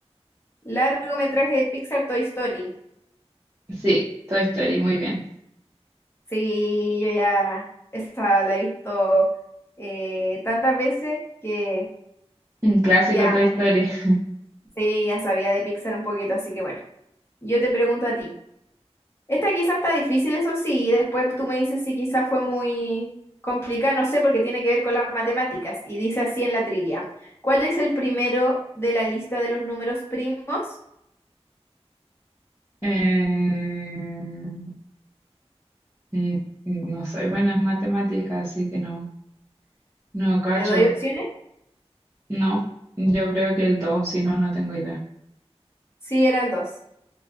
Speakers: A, on the left; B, on the right.
A: Largometraje de Pixar Toy Story.
B: Sí, Toy Story, muy bien.
A: Sí, yo ya esa la he visto eh, tantas veces que
B: Un clásico
A: ya
B: Toy
A: me,
B: Story. <laughs>
A: sí, ya sabía de Pixar un poquito, así que bueno, yo te pregunto a ti. Esta quizás está difícil, eso sí, y después tú me dices si quizás fue muy complicada, no sé, porque tiene que ver con las matemáticas, y dice así en la trivia. ¿Cuál es el primero de la lista de los números primos?
B: Eh, mm, mm, no soy buena en matemáticas, así que no, no cacho.
A: ¿Te doy opciones?
B: No, yo creo que el dos si no, no tengo idea.
A: Sí, era el dos.